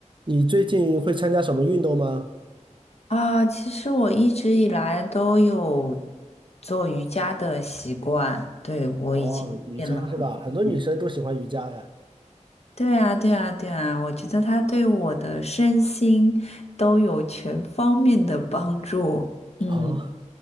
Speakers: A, on the right; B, on the left.
A: 你最近会参加什么运动吗？
B: 啊，其实我一直以来都有做瑜伽的习惯，对，我已经练了很多年。
A: 哦，瑜伽是吧？很多女生都喜欢瑜伽呀。
B: 对啊，对啊，对啊，我觉得它对我的身心都有全方面的帮助。嗯
A: 哦，